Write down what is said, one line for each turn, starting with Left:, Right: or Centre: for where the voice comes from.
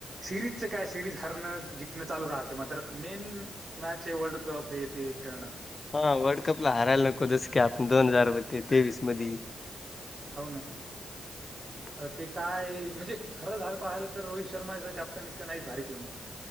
Right: सिरीजचं काय सिरीज हरणं जिंकणं चालू राहते मात्र मेन मॅच हे वर्ल्ड कप हे ते खेळणं
Left: हा वर्ल्ड कप ला हारायला नको जस की आपण
Right: हम्म
Left: दोन हजार ते तेवीस मध्ये
Right: हावू ना
Left: ह
Right: आता ते काय म्हणजे खरं झालं पाहिलं तर रोहित शर्मा याच कॅप्टन इतकं नाहीच भारी कोणी